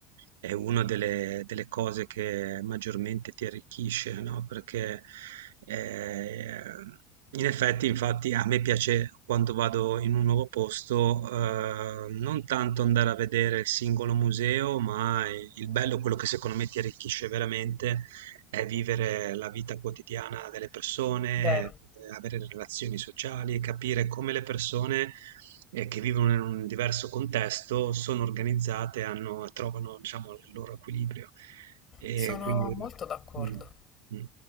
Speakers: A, on the right; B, on the left.
A: è una delle, delle cose che maggiormente ti arricchisce, no? Perché eh, in effetti, infatti, a me piace quando vado in un nuovo posto, eh, non tanto andare a vedere il singolo museo, ma il bello, quello che secondo me ti arricchisce veramente è vivere la vita quotidiana delle persone,
B: Vero.
A: ehm, avere relazioni sociali, capire come le persone, ehm, che vivono in un diverso contesto sono organizzate, hanno trovano diciamo il loro equilibrio. E
B: Sono
A: quindi
B: molto d'accordo.
A: mh, mh.